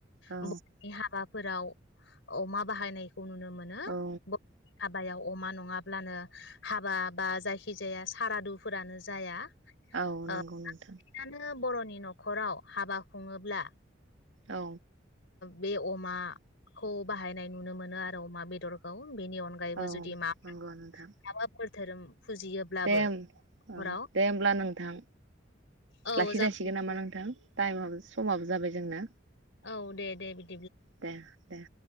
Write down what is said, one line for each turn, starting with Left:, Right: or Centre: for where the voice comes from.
Right: औ
Left: <inaudible> हाबाफोराव अमा बाहायनाय खौ नुनो मोनो
Right: औ
Left: हाबायाव अमा नङाब्लानो हाबा बा जायखि- जाया सारादु फोरानो जाया
Right: औ औ
Left: ओंखायनो
Right: नंगौ नोंथां
Left: बर- नि नखराव हाबा खुङोब्ला।
Right: औ।
Left: बे अमा खौ बाहायनाय नुनो मोनो आरो अमा बेदरखौ बेनि अनगायैबो
Right: औ
Left: जुदि मा
Right: नंगौ नोंथां
Left: माबाफोर धोरोम फुजियोब्लाबो
Right: दे ओं
Left: न'खराव
Right: ओं दे होमब्ला नोंथां।
Left: औ
Right: लाखिजासिगोन
Left: जागोन
Right: नामा
Left: दे
Right: नोंथां। टाइमाबो समाबो जाबाय जोंना
Left: औ दे दे बिदि
Right: दे दे।